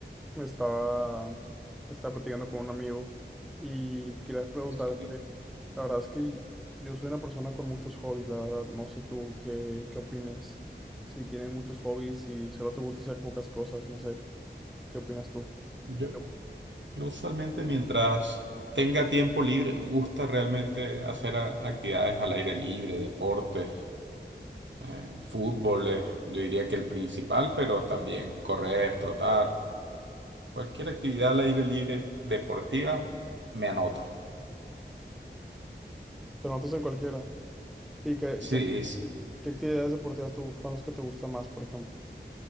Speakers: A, in the centre; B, on the right.
A: estaba, estaba platicando con un amigo y quería preguntarte,
B: Sí.
A: la verdad es que yo soy una persona con muchos hobbies, la verdad, no sé tú qué, qué opines, si tienes muchos hobbies, y solo te gusta hacer pocas cosas, no sé, ¿qué opinas tú?
B: Yo,
A: ¿Qué ¿Te gusta?
B: yo usualmente mientras tenga tiempo libre me gusta realmente hacer a- actividades al aire libre, deportes, eh, fútbol, eh, yo diría que el principal, pero también correr, trotar, cualquier actividad al aire libre deportiva me anoto.
A: ¿Te notas en cualquiera? ¿Y qué,
B: Sí,
A: qué,
B: sí.
A: qué actividades deportivas te, son las que te gustan más, por ejemplo?